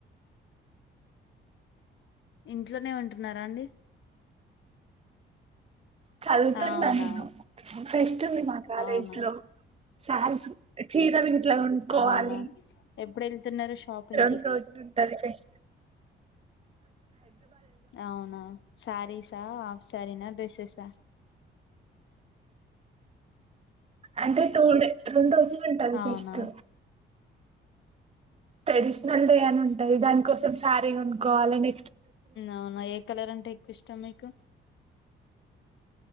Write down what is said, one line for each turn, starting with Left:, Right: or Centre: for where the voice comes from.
Left: ఇంట్లోనే ఉంటున్నారా అండి
Right: చదువుతుంటా
Left: అవునా
Right: నేను ఫెస్ట్ ఉంటుంది మా కాలేజ్
Left: అవునా
Right: లో సార్స్ చీరలు ఇట్లా కొనుకోవాలి
Left: అవునా ఎప్పుడు వెళ్తున్నారు షాపింగ్
Right: రెండు
Left: కి
Right: రోజులు ఉంటది పేస్ట్
Left: అవునా సారీస్ హఫ్ సారీన డ్రెస్సస్
Right: అంటే టూ డే రెండు రోజులు ఉంటది
Left: అవునా
Right: ఫెస్ట్ ట్రెడిషనల్ డే అని ఉంటయి దానికోసం శారీ కొనుకోవాలని
Left: అవునా ఏ కలర్ అంటే ఎక్కువ ఇష్టం మీకు